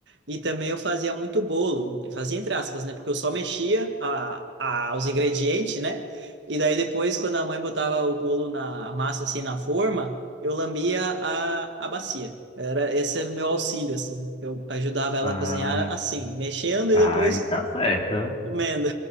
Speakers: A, on the right; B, on the left.
A: E também eu fazia muito bolo, eu fazia entre aspas, né? Porque eu só mexia a, a, os ingredientes, né? E daí depois, quando a mãe botava o bolo na a massa assim na forma, eu lambia a, a bacia. Era esse é meu auxílio assim. Eu ajudava ela
B: Ah,
A: a cozinhar assim, mexendo
B: aí
A: e depois
B: tá certo.
A: comendo.